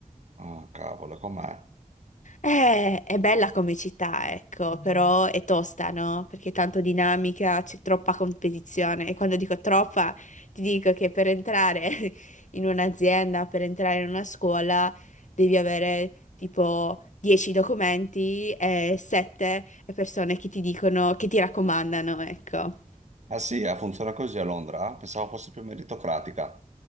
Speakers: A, on the right; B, on the left.
A: Oh, cavolo, com'è?
B: Eh, è bella come città, ecco, Mm. però è tosta, no? Perché è tanto dinamica, c'è troppa competizione. E quando dico troppa, ti dico che per entrare <laughs> in un'azienda, per entrare in una scuola, devi avere tipo 10 documenti e 7 persone che ti dicono, che ti raccomandano, ecco.
A: Ah sì, eh, funziona così a Londra? Pensavo fosse più meritocratica.